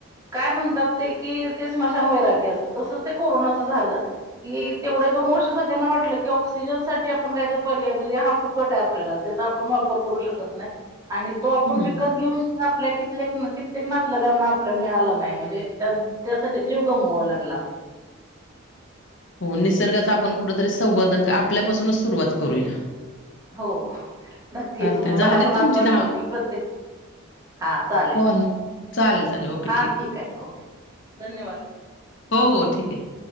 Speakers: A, on the right; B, on the left.
A: काय म्हणतात. ते कि ते स्मशान वैराग्य असतं! तसंच ते कोरोनाच झाल. कि तेवढ्या दोन वर्ष सगळ्यांना वाटलं. की ऑक्सिजनसाठी आपण काहीतरी पर्याय म्हणजे हा फुकट आहे. आपल्याला आप वापर करू शकत नाही. आणि तो आपण
B: हम्म
A: विकत घेऊन आपल्या किते- कित्येक नातलगांना आपल्या मिळालं नाही. म्हणजे त्या त्यासाठी जीव गमवावा लागला.
B: हो निसर्गाच आपण कुठतरी संवर्धन आपल्यापासूनच सुरुवात करूया.
A: हो नक्कीच
B: चालते
A: मण
B: झाली
A: मला पण
B: तुमची
A: असं वाटतंय!
B: दहा
A: की प्रत्येक हा चालेल
B: कॉल चालेल चालेल ओके
A: हा ठीक आहे. ओके धन्यवाद
B: हो हो ठीक आहे.